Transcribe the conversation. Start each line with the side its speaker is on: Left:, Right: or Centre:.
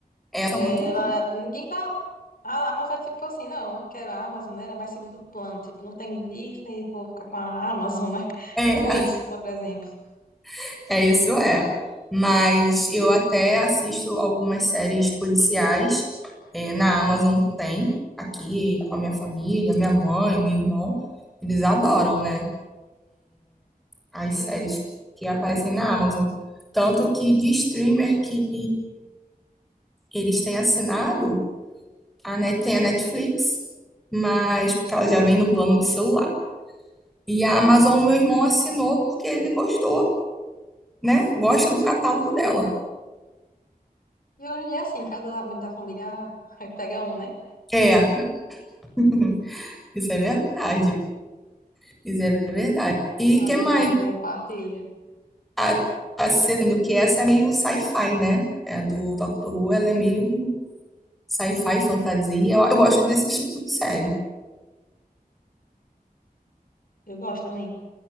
Centre: essa
Left: Ela,
Centre: é muito boa.
Left: ninguém dá. A Amazon é tipo assim, não, eu não quero a Amazon, né? Era mais segundo plano. Tipo, não tem Disney, vou ficar com a Amazon, né? <laughs>
Centre: É,
Left: Tipo isso, por exemplo.
Centre: <laughs> é isso é. Mas eu até assisto algumas séries policiais, é, na Amazon tem, aqui com a minha família, minha mãe, meu irmão, eles adoram, né? as
Left: Sim.
Centre: séries que aparecem na Amazon. Tanto que de streamer que eles têm assinado, a Net, tem a Netflix, mas porque ela já vem no plano de celular. E a Amazon, meu irmão assinou porque ele gostou, né? Gosta do catálogo dela.
Left: E hoje em dia, assim, cada da- membro da família <laughs> aí pega um, né?
Centre: É, <laughs> isso é verdade. Isso é verdade. E
Left: Aí
Centre: que mais?
Left: todo mundo compartilha.
Centre: A, a, sendo que essa é meio sci-fi, né? É do Doctor Who, ela é meio sci-fi, fantasia. Eu, eu gosto desse tipo de série.
Left: Eu gosto também.